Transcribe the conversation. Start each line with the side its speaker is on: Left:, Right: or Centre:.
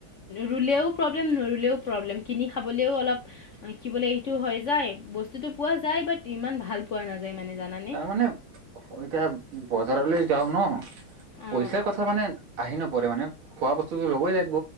Left: ৰুলেও প্ৰব্লেম নৰুলেও প্ৰব্লেম কিনি খাবলৈও অলপ দেখিবলৈ এইটো হয় যায় বস্তুতটো পোৱা যায় বাট ইমান ভাল পোৱা নাযায়। মানে জানানে
Right: তাৰ মানে এতিয়া বজাৰলৈ যাও ন
Left: অঁ
Right: পইচাৰ কথা মানে আহি নপৰে মানে খোৱা বস্তুটো ল'বই লাগিব